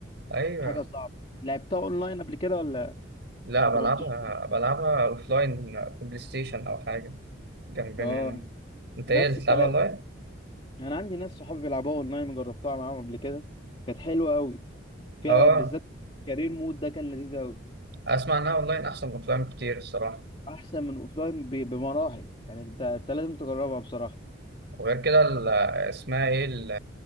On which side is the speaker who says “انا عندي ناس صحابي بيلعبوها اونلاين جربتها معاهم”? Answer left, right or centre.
Left